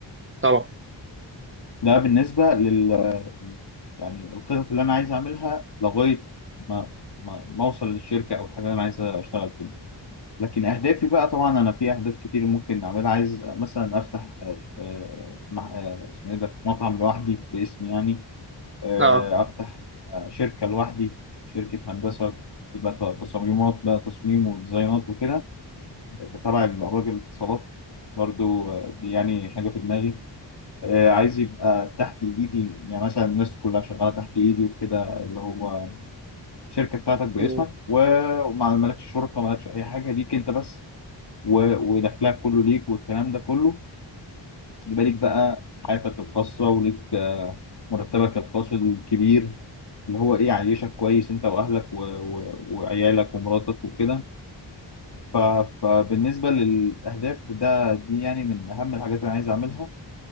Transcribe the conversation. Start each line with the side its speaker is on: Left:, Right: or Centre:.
Right: طبعا
Left: ده بالنسبه لل يعني الخطط اللي انا عايز اعملها لغايه ما ما ما اوصل للشركه او الحاجه اللي انا عايز اشتغل فيها لكن اهدافي بقى طبعا انا في اهداف كتير ممكن اعملها عايز مثلا افتح آه، آه، مع آه، اسمه ايه ده مطعم لوحدي باسمي يعني آه،
Right: اه
Left: افتح آه، شركه لوحدي شركه هندسه يبقى ت- تصميمات بقى تصميم وديزاينات وكده آه، تبع الراجل الاتصالات برضو آه، دي يعني حاجه في دماغي آه، عايز يبقى تحت ايدي يعني مثلا الناس كلها شغاله تحت ايدي وكده اللي هو الشركه بتاعتك باسمك
Right: م.
Left: وما مالكش شركه مالكش اي حاجه ليك انت بس و- ودخلها كله ليك والكلام ده كله يبقى ليك بقى حياتك الخاصة وليك آه، مرتبك الخاص الكبير اللي هو ايه يعيشك كويس انت واهلك و... و... وعيالك ومراتك وكده ف... فبالنسبة للأهداف ده دي يعني من أهم الحاجات اللي أنا عايز أعملها